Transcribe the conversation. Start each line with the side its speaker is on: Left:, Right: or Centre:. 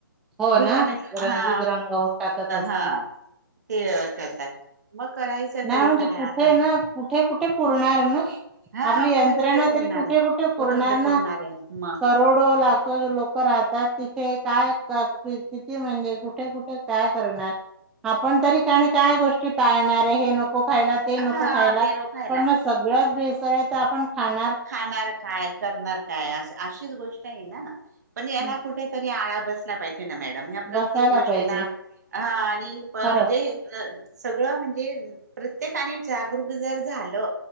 Centre: हो
Right: बुसा
Centre: ना
Right: मी
Centre: रंगीत
Right: हा
Centre: रंगवून टाकत असतील
Right: हा. ते करतात मग करायचं
Centre: नाही
Right: तरी
Centre: म्हणजे
Right: काय
Centre: कुठे
Right: आता.
Centre: ना कुठे कुठे पुरणार ना
Right: हा
Centre: आपली
Right: कुठे
Centre: यंत्रणा
Right: कुठे पुरणार
Centre: तरी कुठे
Right: आहे.
Centre: कुठे पुरणार
Right: कुठे
Centre: ना.
Right: आहे मग
Centre: करोडो लाख ज लोक. ल राहतात तिथे काय क की किती म्हणजे कुठे कुठे काय करणार. आपण तरी काणी काय गोष्टी टाळणार आहे हे नको खायला ते नको
Right: हा
Centre: खायला
Right: ते नो खायला
Centre: पण मस्''--'' सगळ्याच भेसळ आपण ख''--''
Right: खाणार काय करणार. काय असं अशीच गोष्ट आहे ना पण याला
Centre: हं,
Right: कुठेतरी आळा बसला पाहिजे. ते ना मॅडम ह्या प्रत्येक
Centre: बसायला
Right: गोष्टीला
Centre: पाहिजे
Right: हा आणि प
Centre: खरंच
Right: म्हणजे. सगळं म्हणजे प्रत्येकाने जागरूक जर झालं.